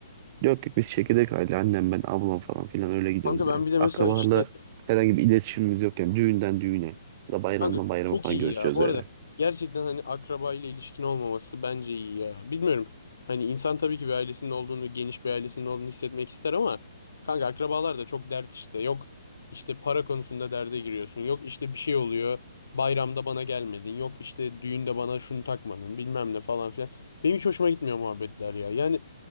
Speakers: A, on the right; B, on the left.
A: Yok yok biz çekirdek aile annem ben ablam falan filan öyle gidiyoruz
B: Kanka ben
A: ya.
B: bir de mesela
A: Akrabalarla
B: işte
A: herhangi bir iletişimimiz yok yani düğünden düğüne ya da bayramdan
B: kanka
A: bayrama
B: çok
A: falan
B: iyi
A: görüşüyoruz
B: ya. Bu
A: öyle.
B: arada gerçekten hani akraba ile ilişkin olmaması bence iyi ya. Bilmiyorum. Hani insan tabii ki bir ailesinin olduğunu, geniş bir ailesinin olduğunu hissetmek ister ama kanka akrabalar da çok dert işte. Yok işte para konusunda derde giriyorsun. Yok işte bir şey oluyor. Bayramda bana gelmedin. Yok işte düğünde bana şunu takmadın, bilmem ne falan filan. Benim hiç hoşuma gitmiyor muhabbetler ya. Yani